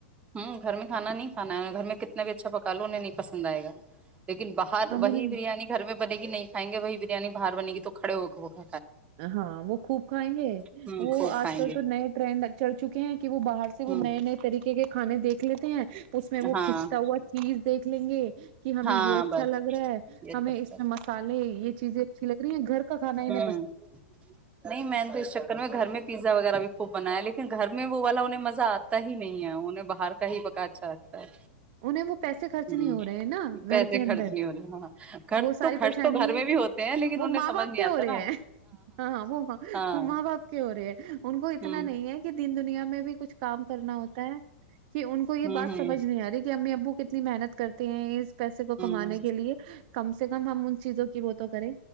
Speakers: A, on the right; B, on the right.
A: ہوں گھر میں کھانا نہیں کھانا ہے گھر میں کتنا بھی اچھا پکا لو انہیں نہیں پسند آئے گا لیکن باہر
B: ہم
A: وہی
B: انہیں
A: بریانی گھر میں بنے گی نہیں کائیں گے وہی بریانی باہر بنے گی تو کڑے ہو گ وہ کھ
B: ہاں وہ خوب کھائیں گے
A: ہوں
B: وہ
A: خوب
B: آج
A: کھائیں
B: کل
A: گے
B: تو نئے ٹرینڈ چل چکے ہیں کہ وہ باہر سے وہ
A: ہوں
B: نئے نئے طریقے کے کھانے دیکھ دکھ لیتے ہیں اس میں وہ
A: ہاں
B: کھنچتا ہوا چیز دیکھ لیں گے کہ ہمیں
A: ہاں
B: یہ اچھا
A: بس
B: لگ رہا ہے
A: یہ
B: ہمیں
A: سب
B: اس میں مسالے یہ چیزیں اچھی لگ رہی ہیں گھر کا کانا
A: ہوں
B: ان
A: نہیں میں تو اس چکر میں گھر میں پیزا وغیرہ بھی خوب بنایا لیکن گھر میں وہ والا انہیں مزہ آتا ہی نہیں ہے انہیں باہر کا ہی پکا اچھا ہے
B: انہیں وہ پیسے خرچ
A: ہوں
B: نہیں ہو رہے ہیں نا گھر
A: پیسے
B: کے اندر
A: خرچ نہیں ہو رہے ہاں خرچ
B: وہ ساری
A: تو خرچ
B: پریشانی
A: تو گھر
B: ہے
A: میں بھی ہوتے ہیں لیکن
B: وہ
A: انہیں
B: ماں
A: سمجھ
B: باپ
A: نہیں
B: کے
A: آتا
B: ہو رہے
A: نا
B: ہیں ہاں وہ
A: ہاں
B: وہ ماں باپ کے ہو رہے ہیں ان کو اتنا
A: ہوں
B: نہیں ہے کہ دین دنیا میں بھی کچھ کام کرنا ہوتا ہے کہ ان کو یہ
A: ہوں
B: بات
A: ہوں
B: سمجھ نہیں آ رہی ابو کتنی محنت کرتے ہیں اس پیسے کو کمانے
A: ہوں
B: کے لیے کم سے کم ہم ان چیزوں کی ب تو کریں